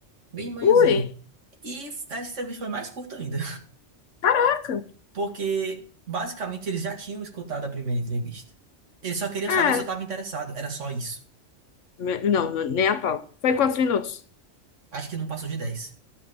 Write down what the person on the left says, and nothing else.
Ui,
caraca.
É.
Me- Não, nem a pau. Foi quantos minutos?